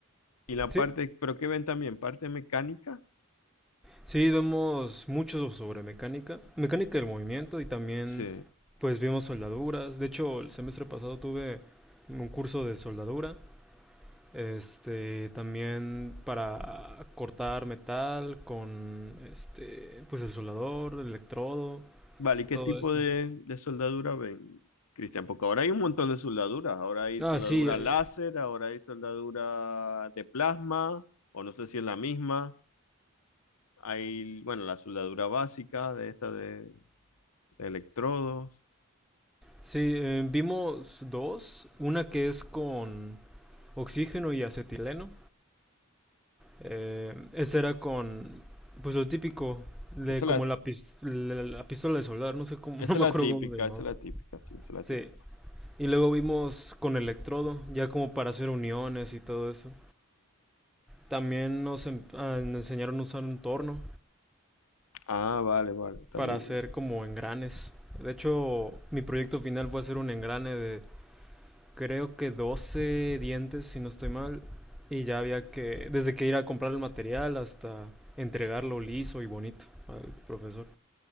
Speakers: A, on the left; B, in the centre.
A: y la
B: sí,
A: parte, pero ¿qué ven también? ¿Parte mecánica?
B: Sí, vemos mucho sobre mecánica, mecánica del movimiento y también
A: Sí.
B: pues vimos soldaduras. De hecho, el semestre pasado tuve un curso de soldadura, este también para cortar metal con este pues el soldador, el electrodo,
A: Vale, ¿y qué
B: todo
A: tipo
B: esto.
A: de, de soldadura ven, Cristian? Porque ahora hay un montón de soldaduras. Ahora hay
B: Ah,
A: soldadura
B: sí, eh,
A: láser, ahora hay soldadura de plasma, o no sé si es la misma. Hay, bueno, la soldadura básica de esta de, de electrodos.
B: sí, eh, vimos dos, una que es con oxígeno y acetileno Eh, ese era con, pues lo típico, de
A: Esa es
B: como
A: la,
B: la, pis- la, la pistola de soldar, no sé cómo,
A: esa
B: <laughs> no me
A: es la
B: acuerdo
A: típica,
B: cómo se llamaba.
A: esa es la típica, sí, esa es la
B: Sí,
A: típica.
B: y luego vimos con electrodo, ya como para hacer uniones y todo eso. También nos en- ah, nos enseñaron a usar un torno
A: Ah, ah, vale, vale, también.
B: para hacer como engranes. De hecho, mi proyecto final fue hacer un engrane de creo que 12 dientes, si no estoy mal, y ya había que, desde que ir a comprar el material hasta entregarlo liso y bonito al profesor.